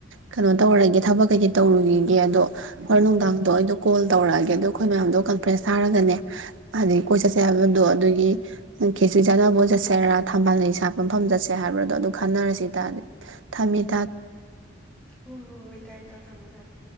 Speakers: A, on the right (about 80°); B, in the centre.
A: ꯀꯩꯅꯣ ꯇꯧꯔꯒꯦ ꯊꯕꯛ ꯀꯩꯀꯩ ꯇꯧꯔꯨꯒꯤꯒꯦ ꯑꯗꯣ ꯍꯣꯔꯦꯟ ꯅꯨꯡꯗꯥꯡꯗꯤ ꯑꯩꯗꯣ ꯀꯣꯜ ꯇꯧꯔꯛꯑꯒꯦ ꯑꯗꯣ ꯑꯩꯈꯣꯏ ꯃꯌꯥꯝꯗꯣ ꯀꯟꯐ꯭ꯔꯦꯟꯁ ꯊꯥꯔꯒꯅꯦ ꯑꯗꯒꯤ ꯀꯣꯏ ꯆꯠꯁꯦ ꯍꯥꯏꯕꯗꯣ ꯑꯗꯨꯒꯤ ꯈꯦꯆꯤ ꯆꯥꯟꯅꯕ ꯆꯠꯁꯦꯔꯥ ꯊꯝꯕꯥꯜ ꯂꯩ <unintelligible> ꯃꯐꯝ ꯆꯠꯁꯦ ꯍꯥꯏꯕ꯭ꯔꯗꯣ ꯑꯗꯨ ꯈꯟꯅꯔꯁꯦ ꯏꯇꯥ ꯊꯝꯃꯤ
B: ꯍꯣꯍꯣꯍꯣꯏ ꯏꯇꯥ ꯏꯇꯥ ꯊꯝꯃꯣ ꯊꯝꯃꯣ